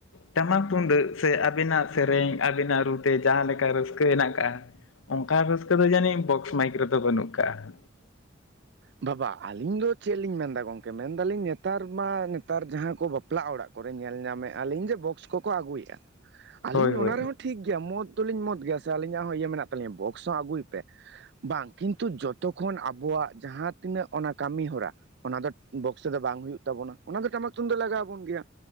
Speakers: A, on the left; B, on the right.
A: ᱴᱟᱢᱟᱠ ᱛᱩᱢᱫᱟᱹᱜ ᱥᱮ ᱟᱵᱤᱱᱟᱜ ᱥᱮᱨᱮᱧ ᱟᱵᱤᱱᱟᱜ ᱨᱩᱛᱮ ᱡᱟᱦᱟᱸ ᱞᱮᱠᱟ ᱨᱟᱹᱥᱠᱟᱹ ᱦᱮᱱᱟᱜ ᱟᱠᱟᱫᱼᱟ᱾ ᱚᱱᱠᱟ ᱨᱟᱹᱥᱠᱟᱹ ᱫᱚ ᱡᱟᱹᱱᱤᱡ ᱵᱚᱠᱥ ᱢᱟᱭᱤᱠ ᱨᱮᱫᱚ ᱵᱟᱹᱱᱩᱜ ᱟᱠᱟᱜᱼᱟ᱾
B: ᱵᱟᱵᱟ ᱟᱹᱞᱤᱧ ᱫᱚ ᱪᱮᱫ ᱞᱤᱧ ᱢᱮᱱ ᱫᱟ ᱜᱚᱝᱠᱮ ᱢᱮᱱ ᱫᱟᱞᱤᱧ ᱱᱮᱛᱟᱨ ᱢᱟ ᱱᱮᱛᱟᱨ ᱡᱟᱦᱟᱸ ᱠᱚ ᱵᱟᱯᱞᱟ ᱚᱲᱟᱜ ᱾ ᱠᱚᱨᱮ ᱧᱮᱞ ᱧᱟᱢᱮᱫᱼᱟ ᱟᱞᱤᱧ ᱡᱮ ᱵᱚᱠᱥ ᱠᱚᱠᱚ ᱟᱹᱜᱩᱭᱮᱫᱼᱟ ᱟᱹᱞᱤᱧ
A: ᱦᱳᱭ
B: ᱚᱱᱟ
A: ᱦᱳᱭ
B: ᱨᱮᱦᱚᱸ ᱴᱷᱤ ᱴᱷᱤᱠ ᱜᱮᱭᱟ ᱢᱚᱛ ᱫᱚᱞᱤᱧ ᱢᱚᱛ ᱜᱮᱭᱟ ᱥᱮ ᱟᱹᱞᱤᱧᱟᱜ ᱦᱚᱸ ᱤᱭᱟᱹ ᱢᱮᱱᱟᱜ ᱛᱟᱹᱞᱤᱧᱟ ᱵᱚᱠᱥ ᱦᱚ ᱟᱹᱜᱩᱭ ᱯᱮ᱾ ᱵᱟᱝ ᱠᱤᱱᱛᱩ ᱡᱚᱛᱚ ᱠᱷᱚᱱ ᱟᱵᱚᱣᱟᱜ᱾ ᱡᱟᱦᱟᱸ ᱛᱤᱱᱟᱹᱜ ᱚᱱᱟ ᱠᱟᱹᱢᱤ ᱦᱚᱨᱟ ᱚᱱᱟ ᱫᱚ ᱵᱚᱠᱥᱚ ᱫᱚ ᱵᱟᱝ ᱦᱩᱭᱩᱜ᱾ ᱛᱟᱵᱚᱱᱟ ᱚᱱᱟ ᱫᱚ ᱴᱟᱢᱟᱠ ᱛᱩᱢᱫᱟᱜ ᱞᱟᱜᱟᱣ ᱟᱵᱚᱱ ᱜᱮᱭᱟ᱾